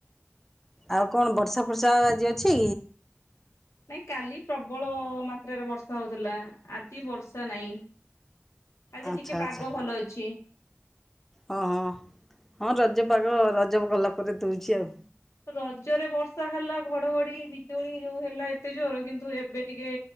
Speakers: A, in the centre; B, on the left (about 80°).
A: ଆଉ କଣ ବର୍ଷା ଫର୍ଷା ଆଜି ଅଛି?
B: ନାଇଁ କାଲି ପ୍ରବଳ ମାତ୍ରାରେ ବର୍ଷା ହୋଉଥିଲା ଆଜି ବର୍ଷା ନାହିଁ। ଆଜି
A: ଆଚ୍ଛା
B: ଟିକେ
A: ଆଚ୍ଛା
B: ପାଗ ଭଲ ଅଛି।
A: ହଁ ହଁ ହଁ ରଜପାଗ ରଜ ଗଲାପରେ ଦୋଉଛି ଆଉ।
B: ରଜରେ ବର୍ଷାହେଲା ଘଡଘଡି ବିଜୁଳି ଯୋଉ ହେଲା ଏତେ ଜୋର କିନ୍ତୁ ଏବେ ଟିକେ